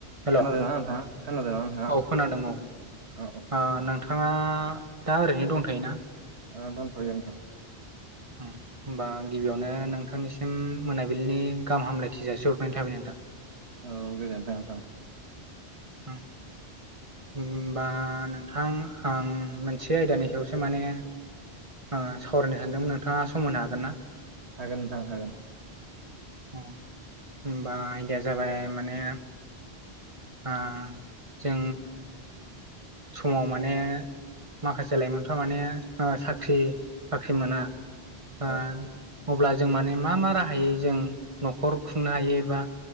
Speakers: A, on the right; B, on the right.
A: हेल'
B: खोनादोंना नोंथाङा खोनादोंना नोंथाङा
A: औ खोनादों औ ओ
B: औ
A: नोंथाङा दा ओरैनो दंथायोना
B: ओ दंथयो नोंथां
A: होमबा गिबियावनो नोंथांनिसिम मोनाबिलिनि गाहाम हामलायथि जासिहरनायनि थाबाय नोंथां
B: औ गोजोनथों नोंथां
A: हुम होमबा नोंथां आं मोनसे आयदानि सायावसो माने ओ सावरायनो सानदोंमोन नोंथाङा सम होनो हागोन ना
B: हागोन नोंथां हागोन
A: होमबा आयदाया जाबाय माने आ जों समाव माने माखासे लाइमोनफ्रा माने ओ साख्रि बाख्रि मोना ओ
B: औ
A: अब्ला जों माने मा मा राहायै जों न'खर खुंनो हायो एबा